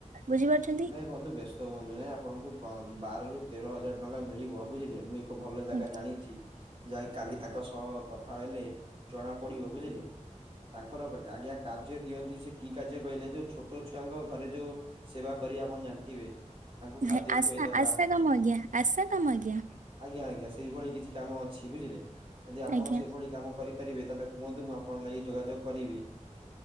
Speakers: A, on the right; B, on the right.
A: ବୁଝିପାରୁଚନ୍ତି।
B: ନାଇଁ ବନ୍ଧୁ ବ୍ୟସ୍ତ ହୁଅନ୍ତୁ ନାଇଁ ଆପଣଙ୍କୁ ବ ବାର ରୁ ତେର ହଜାର ଟଙ୍କା ମିଳିବ ବୁଝିଲେ ମୁଁ ଏକ ଭଲ ଜାଗା
A: ଆଜ୍ଞା
B: ଜାଣିଚି ଯାଇ କାଲି ତାଙ୍କ ସହ କଥା ହେଲେ ଜଣା ପଡିବ ବୁଝିଲେ ତାଙ୍କର ଆଜ୍ଞା କାର୍ଯ୍ୟ ଦିଅନ୍ତି ସେ କି କାର୍ଯ୍ୟ କହିଲେ ଯୋଉ ଛୋଟ ଛୁଆଙ୍କ ଘରେ ଯୋଉ ସେବା କରିବା ଆପଣ ଜାଣିଥିବେ। ତାଙ୍କୁ ଖାଦ୍ୟ
A: ହେ ଆସା
B: ଖୁଆଇଦବା
A: ଆସା କାମ ଆଜ୍ଞା ଆସା କାମ ଆଜ୍ଞା।
B: ଆଜ୍ଞା, ଆଜ୍ଞା ସେଇଭଳି କିଛି କାମ ଅଛି ବୁଝିଲେ। ଯଦି ଆପଣ
A: ଆଜ୍ଞା
B: ସେଭଳି କାମ କରି ପାରିବେ ତାହେଲେ କୁହନ୍ତୁ ମୁଁ ଆପଣ ଲାଗି ଯୋଗାଯୋଗ କରିବି।